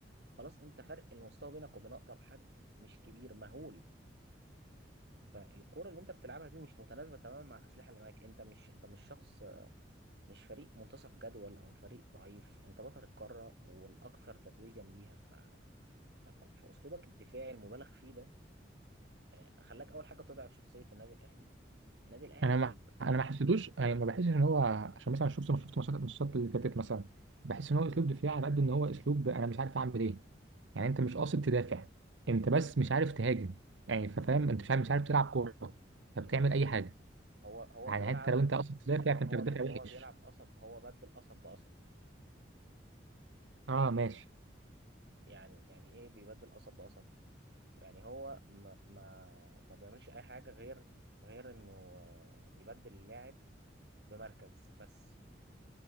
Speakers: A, on the right; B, on the right.
A: خلاص انت فرق المستوى بينك وبين اقرب حد مش كبير مهول فالكرة اللي انت بتلعبها دي مش متناسبة تماما مع الأسلحة اللي معاك انت مش انت مش شخص مش فريق منتصف جدول او فريق ضعيف انت بطل القارة والاكثر تتويجا بيها ف... ف- فاسلوبك الدفاعي المبالغ فيه ده آه، خلاك اول حاجة تضعف شخصية النادي الاهلي النادي الاهلي
B: انا ما
A: الب-
B: انا ما حسيتوش يعني ما بحسش ان هو عشان مثلا شفت ما شفت ماتشات الماتشات اللي فاتت مثلا بحس ان هو اسلوب دفاعي على قد ان هو اسلوب انا مش عارف اعمل ايه يعني انت مش قاصد تدافع انت بس مش عارف تهاجم يعني ففاهم انت مش عارف مش عارف تلعب كوره فبتعمل اي حاجه
A: هو هو
B: يعني
A: بيلعب
B: حتى لو انت قاصد تدافع فانت
A: هو
B: بتدافع
A: بي هو
B: وحش
A: بيلعب قصب هو بدل قصب بقصب
B: اه ماشي
A: يعني يعني ايه بيبدل قصب بقصب يعني هو ما ما ما بيعملش اي حاجه غير غير انه آه، يبدل اللاعب بمركز بس